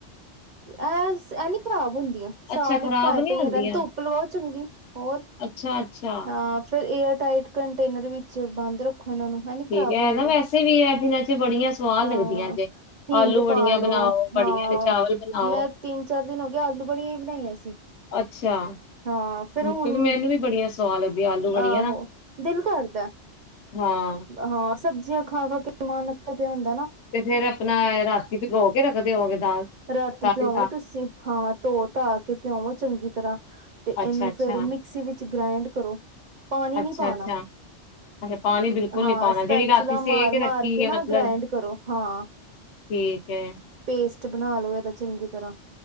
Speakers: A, on the right; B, on the left.
A: ਐ ਇਹ ਨੀ ਖਰਾਬ ਹੁੰਦੀ।
B: ਅੱਛਾ
A: ਸਾਲ
B: ਖ਼ਰਾਬ
A: ਇੱਕ ਪਾਇਏ
B: ਨੀ
A: ਪਈਆਂ
B: ਹੁੰਦੀਆਂ
A: ਰਹਿੰਦੀ ਧੁੱਪ ਲਵਾਓ ਚੰਗੀ ਹੋਰ
B: ਅੱਛਾ ਅੱਛਾ
A: ਹਾਂ ਫੇਰ ਇਹ ਟਾਈਟ ਕੰਟੇਨਰ ਵਿੱਚ ਬੰਦ ਰੱਖੋ। ਇਹਨਾਂ ਨੂੰ ਇਹ ਨੀ
B: ਠੀਕ
A: ਖ਼ਰਾਬ
B: ਹੈ
A: ਹੋਏਗੀਆਂ
B: ਨਾ ਵੈਸੇ ਵੀ ਇਹ ਦਿਨਾਂ ਚ ਬੜੀਆਂ ਸਆਹ
A: ਹਾਂ
B: ਲੱਗਦੀਆਂ ਜੇ
A: ਹਿੰਗ
B: ਆਲੂ ਬੜੀਆਂ
A: ਪਾ ਲੋ
B: ਬਣਾਓ ਬੜੀਆਂ
A: ਹਾਂ
B: ਤੇ ਚਾਵਲ ਬਣਾਓ
A: ਮੈਂ ਤਿੰਨ ਚਾਰ ਦਿਨ ਹੋ ਗਿਆ ਆਲੂ ਬੜੀਆਂ ਹੀ ਬਣਾਈਆਂ ਸੀ।
B: ਅੱਛਾ
A: ਹਾਂ ਫੇਿਰ
B: ਕਿਉਂਕਿ
A: ਹੁਣ
B: ਮੈਨੂੰ ਵੀ ਬੜੀਆਂ ਸਵਾਦ ਲੱਗਦੀਆਂ ਆਲੂ ਬੜੀਆਂ
A: ਆਹੋ
B: ਨਾ
A: ਦਿਲ ਕਰਦਾ
B: ਹਾਂ
A: ਹਾਂ। ਸਬਜ਼ੀਆਂ ਖਾ ਖਾ ਕੇ ਮਾਨ ਅੱ ਪਿਆਂਦਾ।
B: ਤੇ ਫੇਿਰ ਆਪਣਾ ਰਾਤੀ ਚ ਗੋ ਕੇ ਰੱਖਦੇ ਹੋਗੇ ਦਾਲ
A: ਰਾਤੀ
B: ਸਾਰੀ
A: ਪਿਓਵੋ
B: ਦਾਲ
A: ਤੁਸੀਂ ਹਾਂ ਧੋ ਧਾ ਕੇ ਭਿਓ ਚੰਗੀ ਤਰ੍ਹਾਂ। ਤੇ ਇਹਨੂੰ
B: ਅੱਛਾ ਅੱਛਾ
A: ਫੇਰ ਮਿਕਸੀ ਵਿੱਚ ਵਿੱਚ ਗ੍ਰੈਂਡ ਕਰੋ। ਪਾਣੀ
B: ਅੱਛਾ
A: ਨੀ ਪਾਣਾ
B: ਅੱਛਾ ਅੱਛਾ ਪਾਣੀ ਬਿਲਕੁਲ
A: ਹਾਂ
B: ਨੀ ਪਾਉਣਾ
A: ਸਪੈਚੂਲਾ
B: ਜਿਹੜੀ ਰਾਤੀ ਸੇ
A: ਮਾਰ ਮਾਰ
B: ਰੱਖੀ
A: ਕੇ ਨਾ
B: ਹੈ ਮਤਲਬ
A: ਗ੍ਰੈਂਡ ਕਰੋ ਹਾਂ।
B: ਠੀਕ ਏ।
A: ਪੇਸਟ ਬਣਾ ਲੋ ਇਹਦਾ ਚੰਗੀ ਤਰ੍ਹਾਂ।